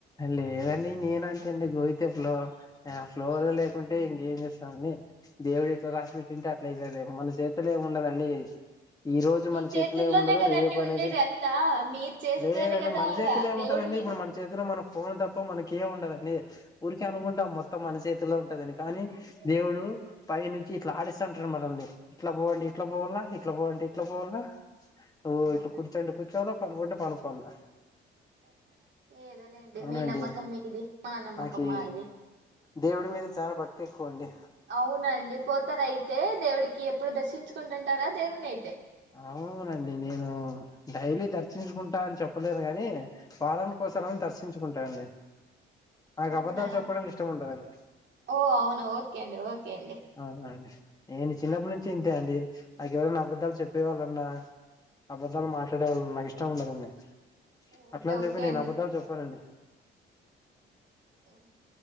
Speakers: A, on the left; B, on the right.
A: లేదండి నేనంతే అండి గోవితే ఫ్లో ఫ్లోలో
B: అవునా
A: లేకుంటే ఇం ఏం చేస్తామండి దేవుడు ఇట్లా రాసి పెట్టింటే అట్ల అయితుద మన చేతులో ఏమి ఉండదండి ఈ రోజు
B: మీ
A: మన
B: చేతుల్లోనే
A: చేతిలో ఏమిండదు
B: కదండి
A: రేపు అనేది
B: ఉండేది అంతా మీరు చేస్తేనే
A: లేదండి
B: కదా
A: మన
B: ఆడ
A: చేతిలో ఏముంటదు
B: దేవుడి
A: మన
B: మీద
A: చేతిలో మన ఫోన్ తప్ప మనక ఏ ఉండదండి ఊరికే అనుకుంటా మొత్తం మన చేతిలో ఉంటదని కానీ దేవుడు పై నుంచి ఇట్లా ఆడిస్తుంటారు మనల్ని ఇట్లా పోవండి ఇట్లా పోవాల ఇట్లా పోవండి ఇట్లా పోవాల ఓ
B: అవునండి
A: ఇట్లా కూర్చోండి కూర్చోవలో పనుకోండి పనుకోవాల
B: ఏదో లేండి
A: అవునండి
B: మీ నమ్మకం ఇది మా నమ్మకమా
A: నాకి
B: అది
A: దేవుడి మీద భక్తి ఎక్కువ అండి
B: అవునండి పోతారు అయితే దేవుడికి ఎప్పుడు దర్శించుకుంటుంటారా దేవుడిని అయితే
A: అవునండి నేను డైలీ దర్శించుకుంటా అని చెప్పలేను కానీ ఒసారిం దర్శించుకుంటాారండి నాకు
B: అవునా
A: అబధాలు చెప్పడం ఇష్టం ఉండదండి
B: ఓ అవునా ఓకే అండి ఓకే అండి
A: అవునండి నేను
B: ఉమ్,
A: చిన్నప్పటి నుంచి అే అండి నాకు ఎవరైనా అబద్ధాలు చెప్పేవాళ్ళన్నా అబద్ధాలు మాట్లాడే వాళ్ళన్నా నాకు ఇష్టం ఉండదండి
B: ఓకే
A: అట్ల అని
B: ఓకే
A: చెప్పి నేను
B: అండి
A: అబధాలు చెప్పానండి
B: అవు